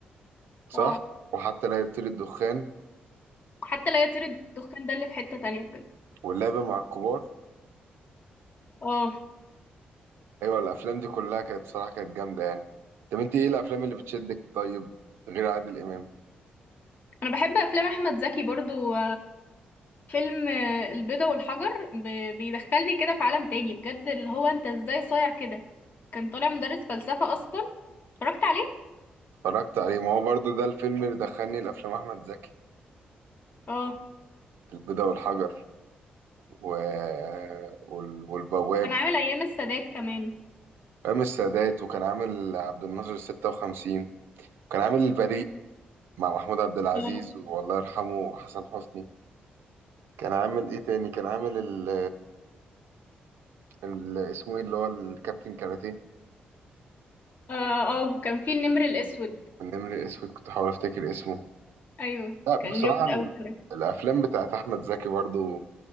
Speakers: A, on the right (about 80°); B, on the left (about 50°).
A: صح
B: اه
A: وحتى لا يطير الدخان
B: حتى لا يطير الدخان ده اللي في حتة تانية بجد
A: واللعبة مع الكبار
B: اه
A: ايوه الافلام دي كلها كانت صراحة كانت جامدة يعني طب انت ايه الافلام اللي بتشدك طيب غير عادل امام
B: أنا بحب أفلام أحمد زكي برضو فيلم آه، البيضة والحجر ب- بيدخلني كده في عالم تاني بجد اللي هو انت ازاي صايع كده كان طالع مدرس فلسفة اصلا اتفرجت عليه
A: اتفرجت عليه ما هو برضو ده الفيلم اللي دخلني لأفلام أحمد زكي
B: اه
A: البيضة والحجر و... وال... والبواب
B: كان عامل ايام السادات كمان
A: أيام السادات وكان عامل عبد الناصر 56 وكان عامل البريء مع محمود عبد العزيز
B: اه
A: والله يرحمه وحسن حسني كان عامل إيه تاني كان عامل ال... ال... اسمه إيه اللي هو الكابتن كاراتيه
B: اه آه، وكان فيه النمر الاسود
A: النمر الأسود كنت بحاول أفتكر اسمه
B: ايوه
A: لا بصراحة
B: كان جامد
A: ال...
B: اوي بصراحة.
A: الأفلام بتاعت أحمد زكي برضو